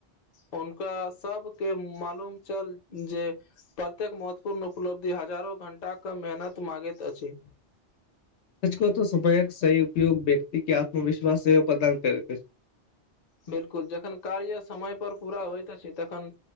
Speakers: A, on the left; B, on the left.
A: हुनका सबके मालूम चल जे प्रत्येक महत्वपूर्ण उपलब्धि हजारो घंटाके मेहनत माँगैत अछि
B: सच कहू तऽ समयक सही उपयोग व्यक्ति के आत्मविश्वास सेहो प्रदान करैत अछि
A: बिलकुल जखन कार्य समय पर पूरा होइत अछि तखन